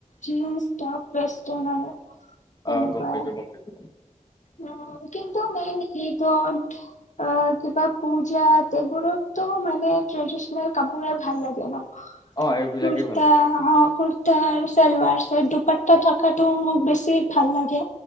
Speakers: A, on the left; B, on the left.
A: জিন্স টপ যেষ্টন আৰু তেনেকুৱাই
B: আহ গম পাইছো গম পাইছো।
A: উম কিন্তু মেইন সি ইদ হল কিবা পূজা এইবোৰতো মানে ট্ৰেডিচনেল কাপোৰে ভাল লাগে ন ক
B: অ এইবিলাকেই
A: কুত্তা
B: ভাল লাগে
A: অ ক কুৰতা আৰু চেলবাৰ চেত দুপাতা থকাটো মোক বেছি ভাল লাগে